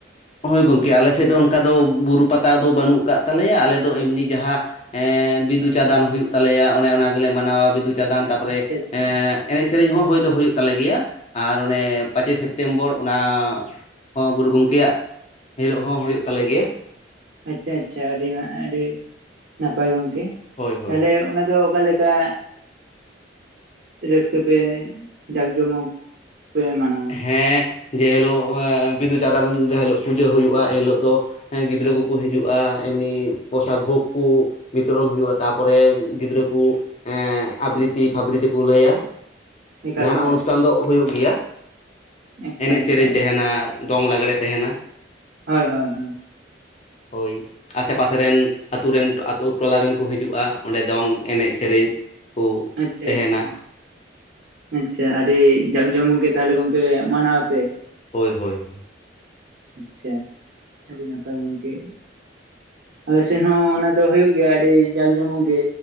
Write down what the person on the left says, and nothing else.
ᱦᱳᱭ ᱜᱚᱝᱠᱮ ᱟᱞᱮ ᱥᱮᱫ ᱫᱚ ᱚᱱᱠᱟ ᱫᱚ ᱵᱩᱨᱩ ᱯᱟᱛᱟ ᱫᱚ ᱵᱟᱹᱱᱩᱜ ᱠᱟᱫ ᱛᱟᱞᱮᱭᱟ ᱟᱞᱮ ᱫᱚ ᱮᱢᱱᱤ ᱡᱟᱦᱟᱸ ᱮᱻ ᱵᱤᱫᱩ ᱪᱟᱸᱫᱟᱱ ᱦᱩᱭᱩᱜ ᱛᱟᱞᱮᱭᱟ ᱚᱱᱮ ᱚᱱᱟ ᱜᱮᱞᱮ ᱢᱟᱱᱟᱣᱟ ᱵᱤᱫᱩ ᱪᱟᱸᱫᱟᱱ ᱛᱟᱨᱯᱚᱨᱮ
ᱮᱸᱜᱻ ᱮᱱᱮᱡ ᱥᱮᱨᱮᱧ ᱦᱚᱸ ᱦᱩᱭ ᱫᱚ ᱦᱩᱭᱩᱜ ᱛᱟᱞᱮ ᱜᱮᱭᱟ, ᱟᱨ ᱚᱱᱮ ᱯᱟᱸᱪᱮᱭ ᱥᱮᱯᱴᱮᱢᱵᱚᱨ ᱚᱱᱟ ᱦᱚᱸ ᱜᱩᱨᱩ ᱜᱚᱝᱠᱮᱭᱟᱜ ᱦᱤᱞᱳᱜ ᱦᱚᱸ ᱦᱩᱭᱩᱜ ᱛᱟᱞᱮ ᱜᱮᱭᱟ।
ᱦᱳᱭ ᱦᱳᱭ
ᱦᱮᱸ ᱡᱮ ᱦᱤᱞᱳᱜ ᱵᱤᱫᱩ ᱪᱟᱸᱫᱟᱱ ᱡᱟᱦᱟᱸ ᱦᱤᱞᱳᱜ ᱯᱩᱡᱟᱹ ᱦᱩᱭᱩᱜ-ᱟ ᱮᱱ ᱦᱤᱞᱳᱜ ᱫᱚ ᱦᱮᱸ ᱜᱤᱫᱽᱨᱟᱹ ᱠᱚᱠᱚ ᱦᱤᱡᱩᱜ-ᱟ ᱮᱢᱱᱤ ᱯᱚᱥᱟᱫ ᱵᱷᱳᱜᱽ ᱠᱚ᱾ ᱵᱤᱛᱚᱨᱚᱱ ᱦᱩᱭᱩᱜ-ᱟ ᱛᱟᱯᱚᱨᱮ ᱜᱤᱫᱽᱨᱟᱹ ᱠᱚ ᱮᱸᱻ ᱟᱵᱨᱤᱛᱤ ᱯᱷᱟᱵᱨᱤᱛᱤ ᱠᱚ ᱞᱟᱹᱭᱟ,
ᱡᱟᱸᱦᱟᱱᱟᱜ
ᱚᱱᱩᱥᱴᱷᱟᱱ ᱫᱚ ᱦᱩᱭᱩᱜ ᱜᱮᱭᱟ᱾
ᱮᱱᱮᱡ ᱥᱮᱨᱮᱧ
ᱛᱮᱦᱮᱱᱟ, ᱫᱚᱝ ᱞᱟᱜᱽᱲᱮ ᱛᱮᱦᱮᱱᱟ᱾
ᱦᱳᱭ᱾ ᱟᱥᱮ ᱯᱟᱥᱮ ᱨᱮᱱ ᱟᱹᱛᱩ ᱨᱮᱱ, ᱟᱹᱛᱩ ᱴᱚᱞᱟ ᱨᱮᱱ ᱠᱚ ᱦᱤᱡᱩᱜ-ᱟ ᱚᱸᱰᱮ ᱫᱚᱝ ᱮᱱᱮᱡ ᱥᱮᱨᱮᱧ᱾ ᱠᱩ
ᱛᱮᱸᱦᱮᱱᱟ᱾
ᱦᱳᱭ ᱦᱳᱭ ᱦᱳᱭ᱾